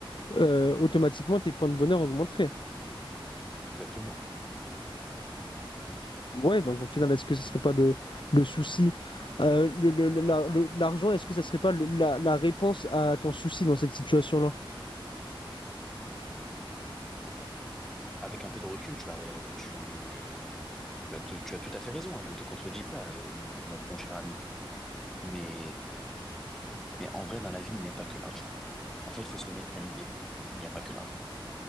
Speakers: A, on the left; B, in the centre.
A: euh, automatiquement, tes points de bonheur augmenteraient.
B: Exactement.
A: Ouais, donc au final, est-ce que ce serait pas le, le souci? euh, le, le- le- la- le- l'argent, est-ce que ça serait pas le- la, la réponse à ton souci dans cette situation-là?
B: Avec un peu de recul, tu as, tu, Tu as tout, tu as tout à fait raison, hein, je ne te contredis pas, euh, mon, mon- mon cher ami. Mais, mais en vrai, dans la vie, il n'y a pas que l'argent. En fait, il faut se le mettre à l'idée, il n'y a pas que l'argent.